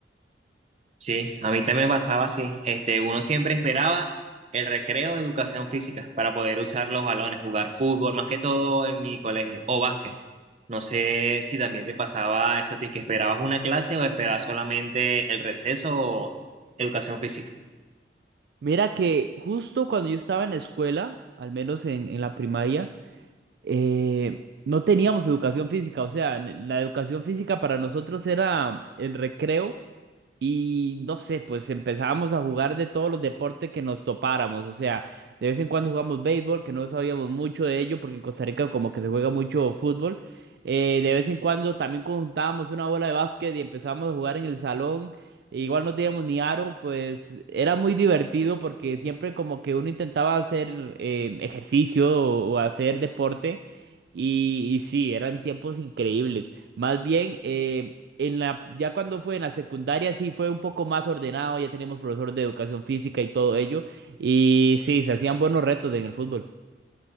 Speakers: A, on the right (about 35°); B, on the right (about 65°).
A: Sí, a mí también me pasaba así. Este, uno siempre esperaba el recreo de educación física para poder usar los balones, jugar fútbol, más que todo en mi colegio, o básquet. No sé si también te pasaba eso, a ti, que esperabas una clase o esperabas solamente el receso o educación física.
B: Mira que justo cuando yo estaba en la escuela, al menos en, en la primaria, eh, no teníamos educación física. O sea, en- la educación física para nosotros era el recreo Y no sé, pues empezábamos a jugar de todos los deportes que nos topáramos. O sea, de vez en cuando jugamos béisbol, que no sabíamos mucho de ello, porque en Costa Rica como que se juega mucho fútbol. Eh, de vez en cuando también conjuntábamos una bola de básquet y empezábamos a jugar en el salón. e igual no teníamos ni aro, pues era muy divertido porque siempre como que uno intentaba hacer eh, ejercicio o, o hacer deporte. Y, y sí, eran tiempos increíbles. Más bien, eh, en la, ya cuando fue en la secundaria sí fue un poco más ordenado, ya teníamos profesor de educación física y todo ello, y sí, se hacían buenos retos en el fútbol.